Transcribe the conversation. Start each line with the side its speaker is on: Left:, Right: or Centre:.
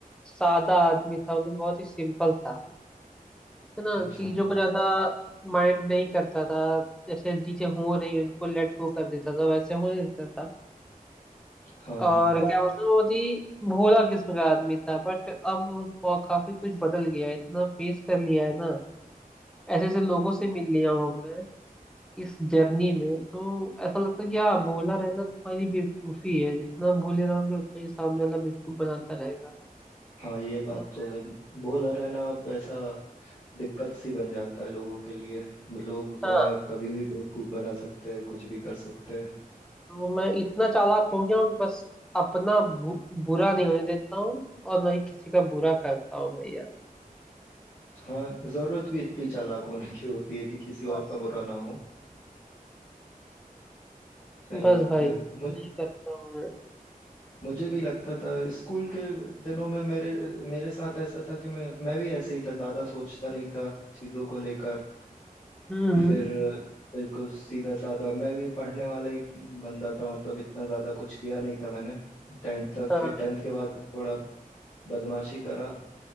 Centre: सादा आदमी था मतलब कि बहुत ही सिंपल था है ना
Left: अच्छा
Centre: चीजों को ज्यादा माइंड नहीं करता था जैसे चीजें हो रही उनको लेट गो कर देता था वैसे होने देता था
Left: हाँ
Centre: और
Left: हाँ
Centre: क्या बताऊँ बहुत ही भोला किस्म का आदमी था बट अब वो बहुत- काफी कुछ बदल गया है इतना फेस कर लिया है ना ऐसे ऐसे लोगों से मिल लिया हूँ मैं इस जर्नी में तो ऐसा लगता है कि हाँ भोला रहना तुम्हारी बेवकूफी है जितना भोले रहोगे उतना ही सामने वाला बेवकूफ बनाता रहेगा
Left: हाँ ये बात
Centre: तो मैं-
Left: तो है बॉलर है ना अब ऐसा दिक्कत सी बन जाता है लोगों के लिए लोग तो
Centre: हाँ
Left: मैं कभी भी बेवकूफ बना सकते हैं कुछ भी कर सकते हैं
Centre: तो मैं इतना चालाक हो गया हूँ कि बस अपना बु, बुरा नहीं होने देता हूँ और ना ही किसी का बुरा करता हूँ भाई यार
Left: हाँ जरूरत भी इतनी चालाक होने की होती है कि किसी
Centre: बस
Left: और का बुरा ना हो सही
Centre: बस
Left: बात
Centre: भाई
Left: है मुझ
Centre: नहीं करता हूँ मैं
Left: मुझे भी लगता था स्कूल के दिनों में मेरे मेरे साथ ऐसा था कि मैं मैं भी ऐसे ही था ज्यादा सोचता नहीं था चीजों को लेकर
Centre: हम्म हम्म,
Left: फिर बिल्कुल सीधा साधा मैं भी पढ़ने वाला ही बंदा था मतलब इतना ज़्यादा कुछ किया नहीं था मैंने टेंथ तक
Centre: हाँ
Left: फिर टेंथ के बाद थोड़ा बदमाशी करा